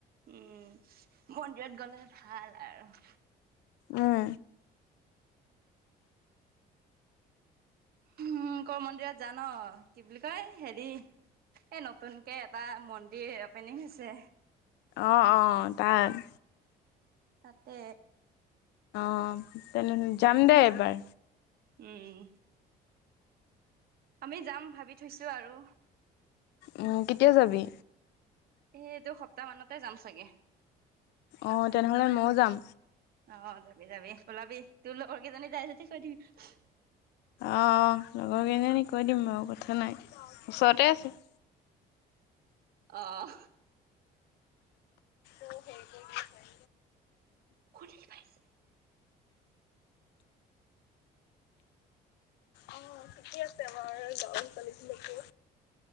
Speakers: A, on the right (about 65°); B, on the left (about 85°).
A: উম, মন্দিৰত গলে ভাল আৰু
B: উম
A: উ, লোকৰ মন্দিৰত জান কি বুলি কয় হেৰি। এই নতুনকে এটা মন্দিৰ অপেনিং হৈছে।
B: অ, অ' তাৰ।
A: তাতে।
B: অ' তেনে যাম দেই এবাৰ।
A: উম। আমি যাম ভাবি থৈছো আৰু।
B: উম, কেতিয়া যাবি।
A: এইটো সপ্তাহ মানতে যাম চাগে।
B: অ' তেনেহ'লে ময়ো যাম।
A: অ যাবি যাবি ওলাবি তোৰ লগৰ কেইজনী যাই যদি কৈ দিবি।
B: অ' লগৰ কেইজনী কৈ দিম বাৰু কথা নাই ওচৰতে আছে।
A: অহ।
B: অ' হেই গ দ পাই।
A: খুৰি পাইছে।
B: অ' ঠিকে আছে বাৰ গাল ছোৱালীলিকো।